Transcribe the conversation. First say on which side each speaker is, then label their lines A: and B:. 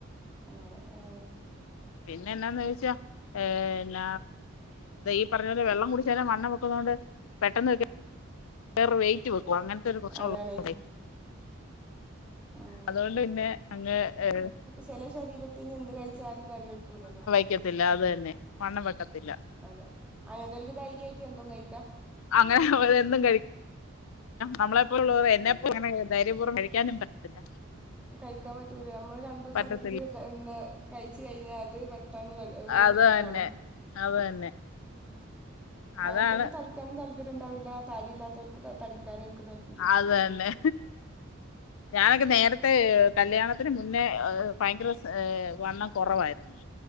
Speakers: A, in the centre; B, on the left.
A: അങ്ങനെ ആഹ്
B: പിന്നെ എന്താന്ന് ചോദിച്ചാ. ഏന്ന ഈ പറഞ്ഞ പോലെ വെള്ളം കുടിച്ചേന വണ്ണം വെക്കുന്നത കൊണ്ട് പെട്ടെന്ന് വക്ക വേറെ വെയിറ്റ് വെക്കവാ അങ്ങനത്തെ ഒരു പ്രശ്നള്ളണ്ട
A: അതാണ് ആഹ്
B: അതുകൊണ്ട്ന്നെ അങ്ങ് ഏ
A: ചില ശരീരത്തിന് എന്ത് കഴിച്ചാലും തടിവെക്കൂലല്ലോ?
B: വക്കത്തില്ല അതന്നെ വണ്ണം വെക്കത്തില്ല.
A: അതെ അങ്ങനത്തെല്ക്ക് ധൈര്യമായിട്ട് എന്തും കഴിക്കാ.
B: അങ്ങനെ അവന്തും കഴിക്കും. നമ്മളെപ്പോലുള്ള എന്നെപ്പ അങ്ങനെ ധൈര്യപൂർവം കഴിക്കാനും പറ്റത്തില്ല.
A: കഴിക്കാൻ പറ്റൂല നമ്മള് രണ്ടീസം
B: പറ്റത്തില്ല
A: അടുപ്പിച്ച് പിന്നെ കഴിച്ചു കഴിഞ്ഞാൽ അത് പെട്ടെന്ന് ക വേഗം റിസൾട്ട്‌
B: അത് തന്നെ
A: കാണും
B: അത് തന്നെ
A: മ് അങ്ങത്തൊന്നും
B: അതാണ്
A: <unintelligible> ഇണ്ടാവില്ല താടിയില്ലാത്തോൽക്ക് തടിക്കാനായിരിക്കുന്ന.
B: അതന്നെ. ഞാനൊക്കെ നേരത്തെ കല്യാണത്തിന് മുന്നേ ഭയങ്കര വണ്ണം കുറവായിരുന്ന്.